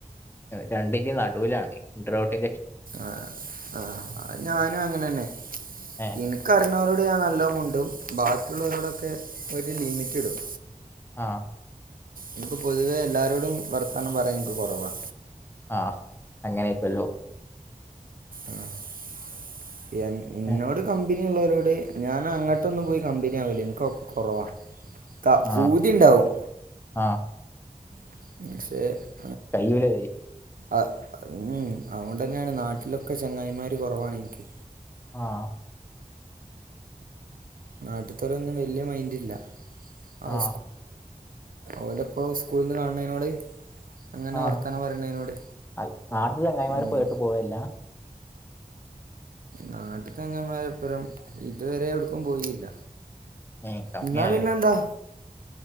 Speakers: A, on the left; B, on the right.
A: രണ്ടിന്റെ നടുവിലാണ് ഇൻഡ്രോട്ല്
B: ആഹ് ആഹ് അഹ് ഞാനും അങ്ങനെ തന്നെ <unintelligible>
A: ഏഹ്
B: ഞാൻ നല്ലോമുൻണ്ടും ബാക്കിയുള്ളവരോടൊക്കെ ഒരു ലിമിറ്റഡും
A: ആഹ്
B: എനിക്ക് പൊതുവേ എല്ലാരോടും വർത്താനം പറയാം എനിക്ക് കുറവാ
A: ആഹ് അങ്ങനെയക്കല്ലോ
B: ആഹ്
A: ഏഹ്
B: <unintelligible> കമ്പനി ഉള്ളവരോട് ഞാൻ അങ്ങോട്ടൊന്നും പോയി കമ്പനി ആവില്ല എനിക്കെ കുറവാ ക പൂതി
A: ആഹ്
B: ഉണ്ടാവും
A: ആഹ്
B: <unintelligible>
A: കയുലെ
B: ആഹ് ഉം അതുകൊണ്ട് തന്നെയാണ് നാട്ടിലൊക്കെ ചെങ്ങായിമാര് കുറവാണ് എനിക്ക്
A: ആഹ്
B: നാട്ടുത്തോര ഒന്നും വല്യ മൈൻഡില്ല <unintelligible> അവ
A: ആഹ്
B: ഓടെപ്പോ സ്കൂളിൽ നിന്ന് കാണുന്നതിനോട് അങ്ങനെ
A: ആഹ്
B: വർത്താനം പറയണതിനോട്
A: നാട്ടിലെ ചങ്ങായിമാര്
B: ഉം
A: പോയിട്ട് പോവല്ല
B: നാട്ട തങ്ങന്മാരപ്പുറം ഇതുവരെ എവിടക്കും പോയില്ല
A: <unintelligible>
B: എന്നാ പിന്നെന്താ